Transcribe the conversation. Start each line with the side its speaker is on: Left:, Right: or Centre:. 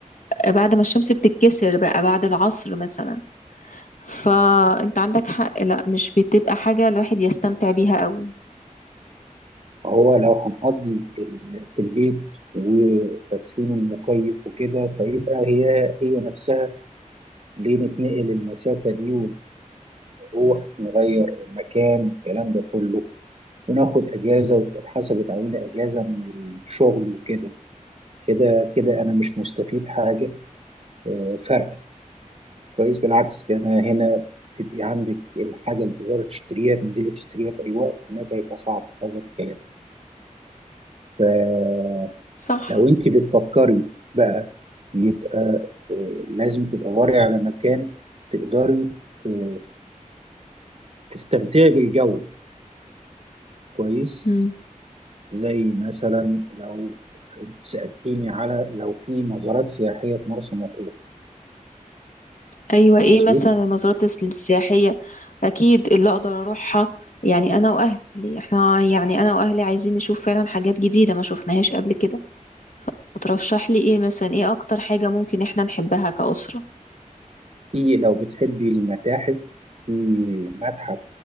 Left: بعد ما الشمس بتتكسر بقى بعد العصر مثلا فانت عندك حق لا مش بتبقى حاجة الواحد يستمتع بيها قوي
Right: هو لو هنقضي ال- في البيت وفاتحين المكيف وكده فيبقى هي هي نفسها ليه نتنقل المسافة دي ونروح نغير مكان الكلام ده كله وناخد اجازه وتبقى اتحسبت علينا اجازه من الشغل وكده كده كده انا مش مستفيد حاجه آه، فرق كويس بالعكس انا هنا تبقي عندك الحاجه اللي تقدري تشتريها تنزلي تشتريها في اي وقت هناك هيبقى صعب هذا الكلام فلو
Left: صح
Right: انت بتفكري بقى يبقى آه، لازم تدوري على مكان تقدري ت- تستمتعي بالجو كويس
Left: مم.
Right: زي مثلا لو سألتيني على لو في مزارات سياحية في مرسى مطروح
Left: ايوه ايه
Right: مظبوط
Left: مثلا المزارات السياحية اكيد اللي اقدر اروحها يعني انا واهلي احنا يعني انا واهلي عايزين نشوف فعلا حاجات جديدة ما شفناهاش قبل كده فترشح لي ايه مثلا ايه اكتر حاجة ممكن احنا نحبها كأسرة
Right: في لو بتحبي المتاحف في متحف